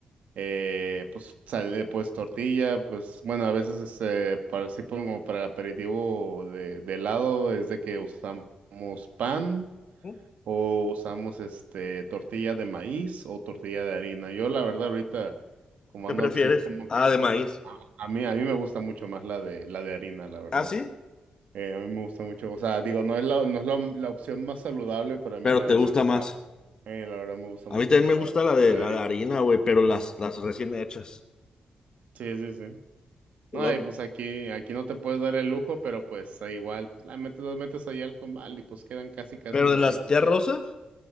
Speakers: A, on the right (about 85°); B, on the left (about 35°).
A: eh, pues sale, pues tortilla, pues bueno, a veces este, para así como para el aperitivo de, de helado es de que usamos pan
B: Mm,
A: o usamos este tortilla de maíz o tortilla de harina. Yo la verdad ahorita como
B: ¿Qué
A: ando
B: prefieres?
A: así como
B: Ah,
A: que
B: de maíz.
A: a, a mí a mí me gusta mucho más la de la de harina, la verdad.
B: ¿Ah, sí?
A: Eh, a mí me gusta mucho, o sea, digo, no es la, no es la, la opción más saludable, pero a
B: Pero
A: mí la,
B: te
A: verdad
B: gusta más.
A: la, eh, la verdad me gusta
B: A
A: mucho
B: mí también
A: más
B: me
A: la,
B: gusta
A: de-
B: la de
A: la de
B: la
A: harina.
B: de harina, güey, pero las, las recién hechas.
A: Sí, sí, sí. No,
B: Lo-
A: y pues aquí, aquí no te puedes dar el lujo, pero pues ahí igual, pues la metes, las metes ahí al comal y pues quedan casi, casi
B: ¿Pero
A: igualitas,
B: de las tía
A: ¿no?
B: Rosa?